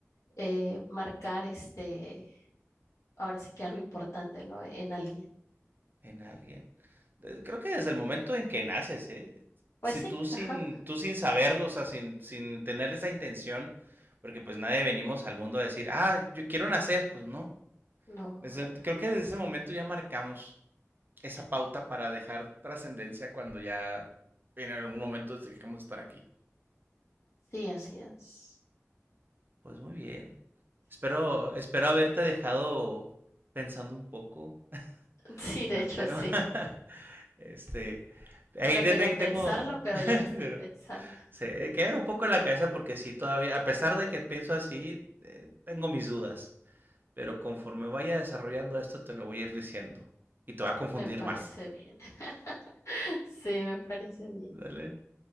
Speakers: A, on the left (about 80°); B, on the right (about 40°).
A: eh, marcar este, ahora sí que algo importante, ¿no? En alguien.
B: En alguien. Eh, Creo que desde el momento en que naces, ¿eh?
A: Pues
B: Si
A: sí,
B: tú sin,
A: ajá,
B: tú sin saberlo, o sea, sin, sin tener esa intención, porque pues nadie venimos al mundo a decir, ah, yo quiero nacer, pues no.
A: no,
B: Desde- creo que desde ese momento ya marcamos esa pauta para dejar trascendencia cuando ya en algún momento dejemos de estar aquí.
A: sí, así es.
B: Pues muy bien. Espero, espero haberte dejado pensando un poco
A: <laughs> Sí, de
B: del
A: hecho
B: tema.
A: sí.
B: <laughs> Este, ahí
A: No
B: te
A: quería
B: ten-
A: pensarlo,
B: tengo,
A: pero
B: <laughs>
A: ya lo estoy
B: pero
A: pensando.
B: Se queda un poco en la cabeza porque sí, todavía, a pesar de que pienso así, eh, tengo mis dudas. Pero conforme vaya desarrollando esto, te lo voy a ir diciendo. Y te va a confundir
A: Me parece
B: más.
A: bien. <laughs> Sí, me parece bien.
B: ¿Vale?